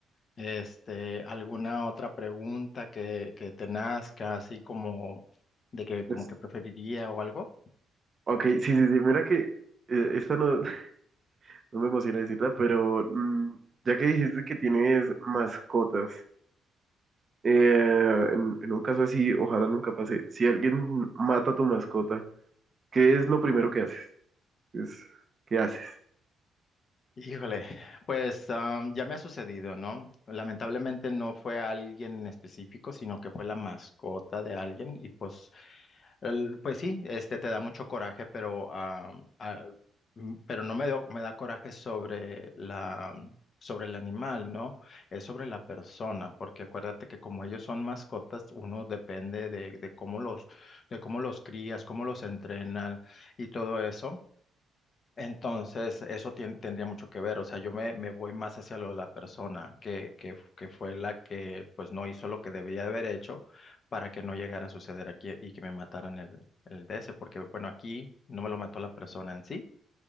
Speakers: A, on the left (about 50°); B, on the right (about 40°).
A: Este, ¿alguna otra pregunta que, que te nazca, así como de que como
B: Pues,
A: que preferiría o algo?
B: ok, sí, sí, sí, mira que eh, esta no, <laughs> no me emociona decirla, pero mm, ya que dijiste que tienes mascotas, Eh, en, en un caso así, ojalá nunca pase. Si alguien mata a tu mascota, ¿qué es lo primero que haces? ¿Qué es, qué haces?
A: Híjole, pues am, ya me ha sucedido, ¿no? Lamentablemente no fue alguien en específico, sino que fue la mascota de alguien y pues, el- pues sí, este te da mucho coraje, pero am, ah, m- pero no me dio- me da coraje sobre la sobre el animal, ¿no? Es sobre la persona, porque acuérdate que como ellos son mascotas, uno depende de, de cómo los de cómo los crías, cómo los entrenan y todo eso. Entonces, eso tien- tendría mucho que ver, o sea, yo me, me voy más hacia lo de la persona que, que, f- que fue la que pues no hizo lo que debería de haber hecho para que no llegara a suceder aquí y que me mataran el, el DS, porque bueno, aquí no me lo mató la persona en sí,